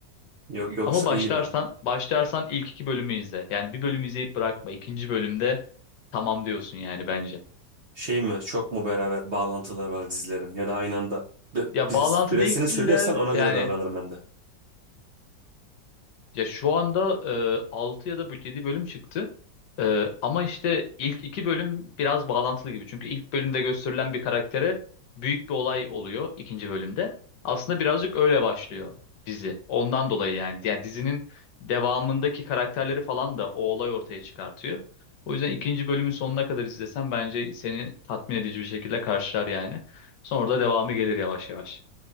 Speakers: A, on the right (about 55°); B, on the left (about 70°).
A: Yok, yoksa
B: Ama başlarsan
A: iyi bari.
B: başlarsan ilk iki bölümü izle. Yani bir bölümü izleyip bırakma. İkinci bölümde tamam diyorsun yani bence.
A: Şey mi çok mu beraber bağlantılar var dizilerin ya da aynı anda Bi-
B: Ya
A: bizi
B: bağlantı
A: süresini
B: değil
A: söylersen
B: de
A: ona
B: yani
A: göre davranırım ben de.
B: Ya şu anda e, 6 ya da 7 bölüm çıktı. E, ama işte ilk iki bölüm biraz bağlantılı gibi. Çünkü ilk bölümde gösterilen bir karaktere büyük bir olay oluyor ikinci bölümde. Aslında birazcık öyle başlıyor dizi. Ondan dolayı yani. Yani dizinin devamındaki karakterleri falan da o olay ortaya çıkartıyor. O yüzden ikinci bölümün sonuna kadar izlesen bence seni tatmin edici bir şekilde karşılar yani. Sonra da devamı gelir yavaş yavaş.